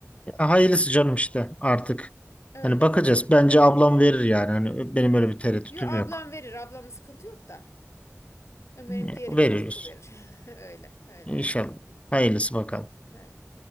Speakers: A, on the left; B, on the left.
A: Ya Hayırlısı canım işte artık.
B: Öyle.
A: Hani bakacağız. Bence ablam verir yani. Hani benim öyle bir tereddütüm
B: Yo ablam
A: yok.
B: verir. Ablamla sıkıntı yok da. Umarım
A: Ee,
B: diğeri
A: Veriyoruz.
B: katkı verir. <laughs> Öyle, öyle
A: İnşallah.
B: bakalım.
A: Hayırlısı bakalım.
B: Öyle.